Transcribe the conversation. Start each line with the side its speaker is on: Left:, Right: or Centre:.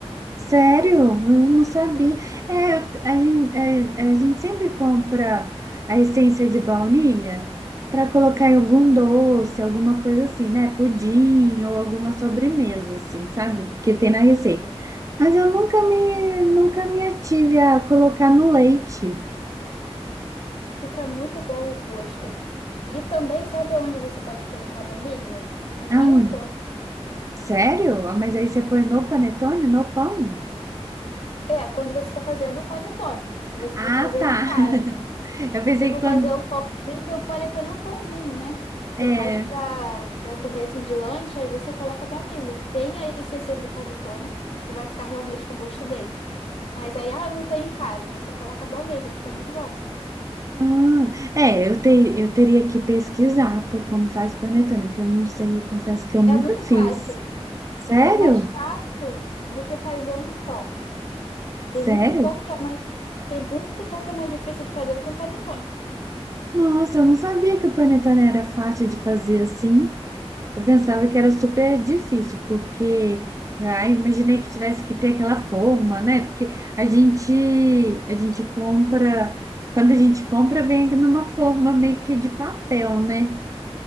Right: Sério?
Left: inclusive.
Right: Eu não sabia.
Left: Sim.
Right: É, eu- a gente, a gente sempre compra a essência de baunilha para colocar em algum doce, alguma coisa assim, né? Pudim ou alguma sobremesa, assim, sabe? Porque tem na receita. Mas eu nunca me, nunca me ative a colocar no leite.
Left: Fica muito bom o gosto. E também, sabe onde você pode colocar baunilha? No panetone.
Right: Ah, hum. sério? Ah, Mas aí você põe no panetone, no pão?
Left: É, quando você está fazendo o panetone. Se você
Right: Ah,
Left: for fazer
Right: tá.
Left: ele em casa.
Right: <laughs> Eu pensei
Left: Se eu for
Right: que quando.
Left: fazer um pãozinho, que o panetone é um pãozinho, né? Você
Right: É.
Left: faz para para comer assim de lanche, aí você coloca a baunilha. Tem a essência do panetone, que vai ficar realmente com o gosto dele. Mas aí, ah, não tem em casa. Você coloca a baunilha, fica muito bom.
Right: Ah, é, eu, ter, eu teria que pesquisar pra- como faz panetone, que eu não sei, confesso que eu nunca
Left: É muito
Right: fiz.
Left: fácil.
Right: Sério?
Left: É mais fácil do que fazer um pão. Tem
Right: Sério?
Left: muito pão que é mais, tem muito pão que é mais difícil de fazer do que um panetone.
Right: Nossa, eu não sabia que o panetone era fácil de fazer assim. Eu pensava que era super difícil, porque ah, eu imaginei que tivesse que ter aquela forma, né? Porque a gente, a gente compra, quando a gente compra, vem aqui numa forma meio que de papel, né?